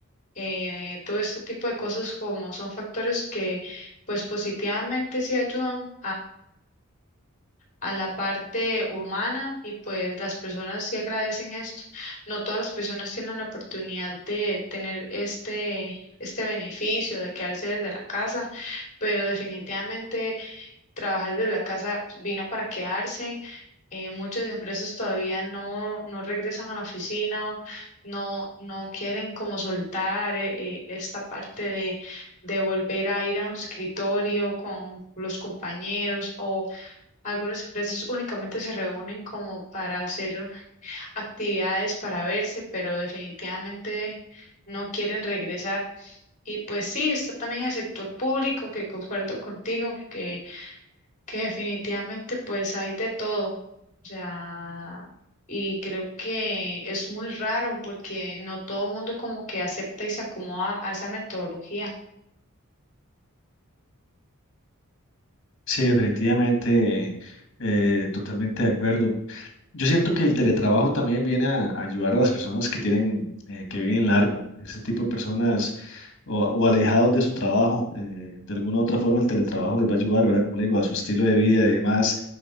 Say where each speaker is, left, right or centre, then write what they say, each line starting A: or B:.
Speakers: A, on the left (about 35°); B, on the left (about 60°).
A: eh, todo este tipo de cosas como son factores que pues positivamente sí ayudan a la parte humana y pues las personas sí agradecen esto. No todas las personas tienen la oportunidad de tener este, este beneficio de quedarse desde la casa, pero definitivamente trabajar desde la casa vino para quedarse. Eh, muchas empresas todavía no, no regresan a la oficina, no, no quieren como soltar eh, eh, esta parte de de volver a ir a un escritorio con los compañeros o algunas empresas únicamente se reúnen como para hacer actividades, para verse, pero definitivamente no quieren regresar. Y pues sí, está también el sector público, que concuerdo contigo, que, que definitivamente pues hay de todo. O sea, y creo que es muy raro porque no todo el mundo como que acepta y se acomoda a esa metodología.
B: Sí, definitivamente, eh, totalmente de acuerdo. Yo siento que el teletrabajo también viene a ayudar a las personas que tienen, eh, que viven largo, ese tipo de personas o, o alejados de su trabajo. eh, de alguna u otra forma el teletrabajo les va a ayudar, ¿verdad? Como le digo, a su estilo de vida y demás.